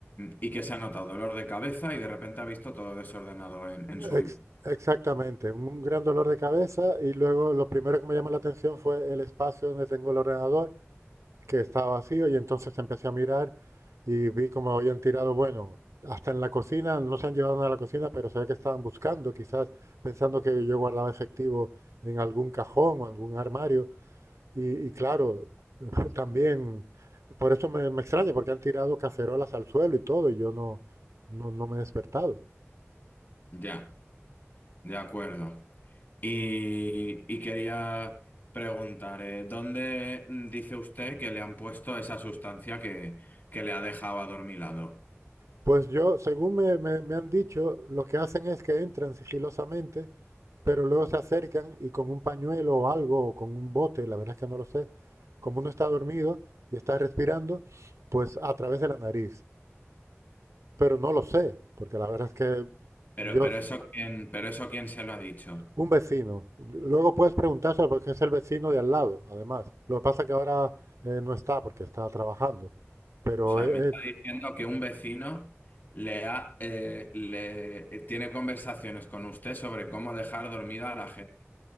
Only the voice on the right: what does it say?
Ex-
exactamente, un gran dolor de cabeza y luego lo primero que me llamó la atención fue el espacio donde tengo el ordenador que estaba vacío y entonces empecé a mirar y vi como habían tirado, bueno, hasta en la cocina, no se han llevado nada a la cocina, pero se ve que estaban buscando, quizás pensando que yo guardaba efectivo en algún cajón o algún armario. Y, y claro, <laughs> también, por eso me, me extraña, porque han tirado cacerolas al suelo y todo, y yo no, no, no me he despertado.
Pues yo, según me, me- me han dicho, lo que hacen es que entran sigilosamente, pero luego se acercan y con un pañuelo o algo, o con un bote, la verdad es que no lo sé, como uno está dormido y está respirando, pues a través de la nariz. Pero no lo sé, porque la verdad es que
yo,
s-
un vecino, luego puedes preguntárselo porque es el vecino de al lado, además. Lo que pasa es que ahora eh, no está porque está trabajando, pero
e-
él,